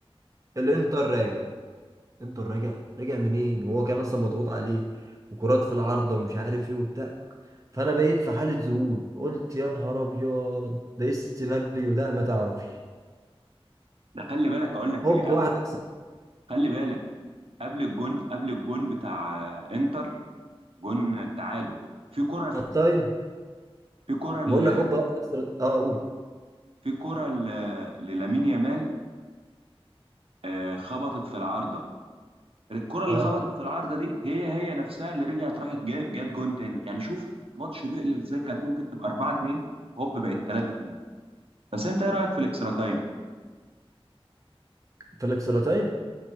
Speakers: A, on the right; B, on the right.
A: الانتر راجع انتر راجع راجع منين وهو كان اصلا مضغوط عليه وكرات في العارضه ومش عارف ايه وبتاع فانا بقيت في حاله ذهول قلت يا نهار ابيض ده ايه السيناريو ده ما تعرفش
B: ده خلي بالك اقول لك
A: هوب
B: ايه
A: واحده
B: قبل خلي بالك قبل الجون قبل الجون بتاع آه، انتر جون التعادل في كرة
A: تايم
B: في كرة ل-
A: بقول لك هوبا واحدة في الإكسترا- اه قول
B: في كرة ل- للامين يامال آه، خبطت في العارضة الكرة اللي
A: اه
B: خبطت في العارضة دي هي هي نفسها اللي رجعت راحت جا- جت جون تاني يعني شوف ماتش بيقلب ازاي كانت ممكن تبقى 4 2 هوب بقت 3 3 بس انت ايه رأيك في الاكسترا تايم
A: في الاكسترا تايم